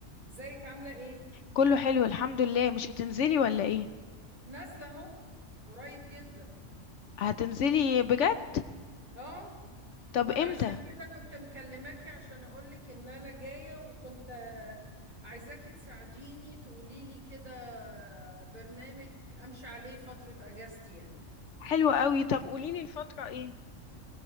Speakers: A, on the right; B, on the left.
A: ازيك عامله ايه
B: كله حلو الحمد لله مش هتنزلي ولا ايه
A: نازله اهو قريب جدا
B: هتنزلي بجد
A: اه
B: طب
A: ما
B: امتى
A: انا عشان كده كنت مكلماكي عشان اقولك ان انا جايه وكنت آه، عايزاكي تساعديني تقولي لي كده آه، برنامج امشي عليه فتره اجازتي يعني
B: حلو قوي طب قوليلي الفترة ايه